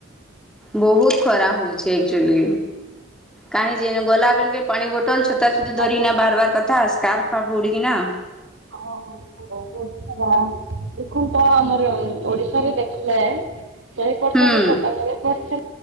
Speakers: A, in the centre; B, on the right (about 65°).
A: ବହୁତ ଖରା ହଉଛି ଆକଚୁଲି କାହିଁ ଯେ ଗଲା ବେଲେକେ ପାଣି ବୋଟଲ୍ ଛତାଫତା
B: ବାପ
A: ଧରିକିନା ବାହାରିବ କଥା ସ୍କାର୍ଫ ଫାର୍ଫ ଉଡ଼ିକିନା
B: ଓହୋ। <unintelligible> ଦେଖ ତ ଆମର ଓଡିଶାରେ ଦେଖିଲେ <unintelligible>
A: ହୁଁ